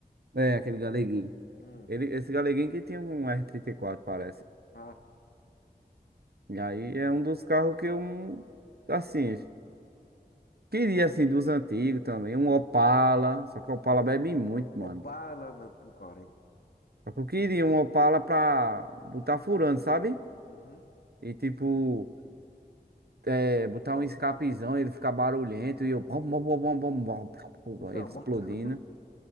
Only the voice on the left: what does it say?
Hum.
Ah,
Opala não, pro Corinthians.
Uhum.
Isso
é uma
moto? <laughs>